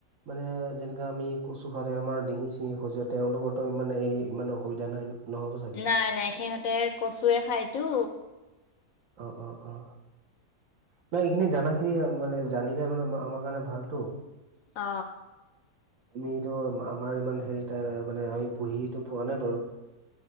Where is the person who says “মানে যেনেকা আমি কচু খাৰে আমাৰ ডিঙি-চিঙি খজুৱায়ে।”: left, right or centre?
Right